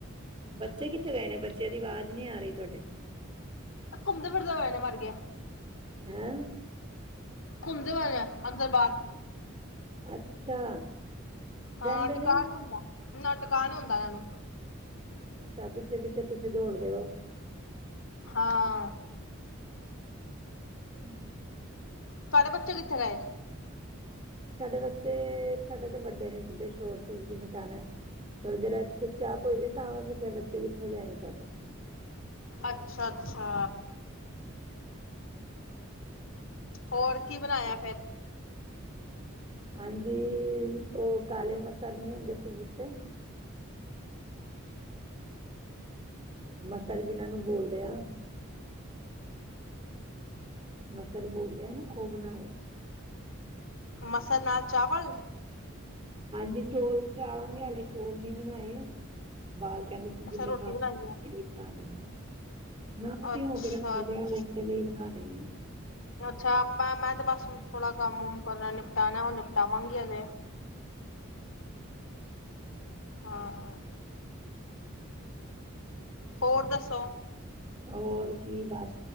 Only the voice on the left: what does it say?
ਘੁੰਮਦੇ ਫਿਰਦਾ ਹੋਇਆਨ ਮਰ ਗਿਆ
ਘੁੰਮਦੇ ਹੋਣੇ ਆ ਅੰਦਰ ਬਾਹਰ
ਹਾਂ
ਦੁਕਾਨ
ਹੁੰਦਾ ਟਕਾ ਨਹੀਂ ਹੁੰਂਦਾ ਇਹਨਾਂ ਨੂੰ
ਹਾਂ
ਤੁਹਾਡੇ ਬੱਚੇ ਕਿੱਥੇ ਗਏ
ਅੱਛਾ ਅੱਛਾ ਹੋਰ ਕੀ ਬਣਾਇਆ ਫਿਰ
ਮਸਰ ਨਾਲ ਚਾਵਲ
ਅੱਛਾ ਰੋਟੀ
ਬਣਾਈ ਹੈ
ਅੱਛਾ
ਅੱਛਾ
ਅੱਛਾ ਮੈਂ ਤੇ ਬਸ ਹੁਣ ਥੋੜ੍ਹਾ ਕੰਮਮ ਕਰਨਾ ਨਿਪਟਾਨਾਨਾ ਉਹੁ ਨਿਪਟਾਵਾਂਗੇਜ ਹਾਂ ਹੋਰ ਦੱਸੋ